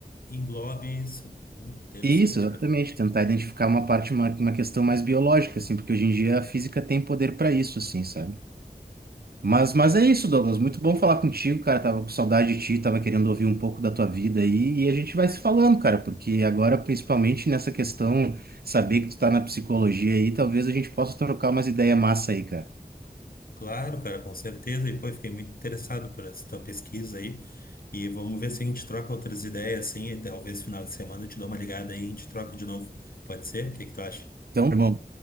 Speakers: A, on the left; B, on the right.
A: englobe isso. Hum, Interessante,
B: Isso, exatamente.
A: cara.
B: Tentar identificar uma parte, uma, uma questão mais biológica, assim, porque hoje em dia a física tem poder para isso, assim, sabe? Mas, mas é isso, Douglas. Muito bom falar contigo, cara. Tava com saudade de ti, tava querendo ouvir um pouco da tua vida aí, e a gente vai se falando, cara, porque agora, principalmente nessa questão, saber que tu tá na psicologia aí, talvez a gente possa trocar umas ideias massa aí, cara.
A: Claro, cara, com certeza. E, pô, eu fiquei muito interessado por essa tua pesquisa aí. E vamos ver se a gente troca outras ideias, assim, e talvez final de semana eu te dou uma ligada aí e a gente troca de novo. Pode ser? O que que tu acha?
B: Então, Irmão,